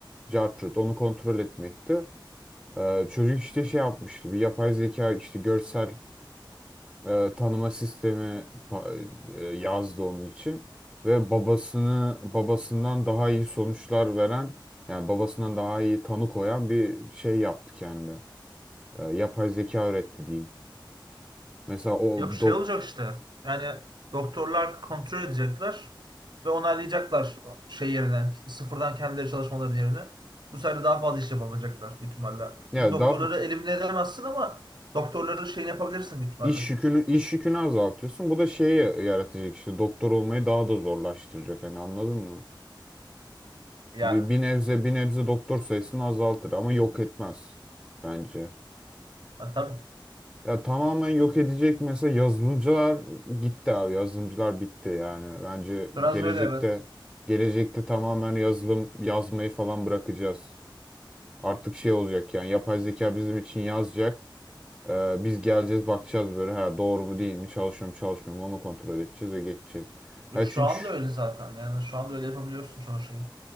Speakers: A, in the centre; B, on the right.
A: cartrut onu kontrol etmekti. E, çocuk işte şey yapmıştı bir yapay zeka işte görsel e, tanıma sistemi ta- e, yazdı onun için ve babasını babasından daha iyi sonuçlar veren yani babasından daha iyi tanı koyan bir şey yaptı kendi. E, yapay zeka öğretti diyeyim. Mesela o
B: Yok şey
A: dok
B: olacak işte. Yani doktorlar kontrol edecekler ve onaylayacaklar şey yerine, sıfırdan kendileri çalışmaları yerine. Bu sefer de daha fazla iş yapabilecekler büyük ihtimalle.
A: ya
B: Çünkü doktorları
A: daha f-
B: elimine edemezsin ama doktorları şeyini yapabilirsin büyük ihtimalle.
A: iş yükünü iş yükünü azaltıyorsun. Bu da şeyi yaratacak işte doktor olmayı daha da zorlaştıracak hani anladın mı?
B: Yani.
A: Bir, bir nebze bir nebze doktor sayısını azaltır ama yok etmez bence.
B: Ha, tabii.
A: Ya tamamen yok edecek mesela yazılımcılar gitti abi yazılımcılar bitti yani bence
B: Biraz
A: gelecekte
B: öyle evet.
A: gelecekte tamamen yazılım yazmayı falan bırakacağız. Artık şey olacak yani yapay zeka bizim için yazacak. Ee, biz geleceğiz bakacağız böyle ha doğru mu değil mi çalışıyor mu çalışmıyor mu onu kontrol edeceğiz ve geçeceğiz.
B: Yok
A: Ya
B: şu
A: çünkü
B: anda
A: şu-
B: öyle zaten. Yani şu anda öyle yapabiliyorsun çoğu şeyi.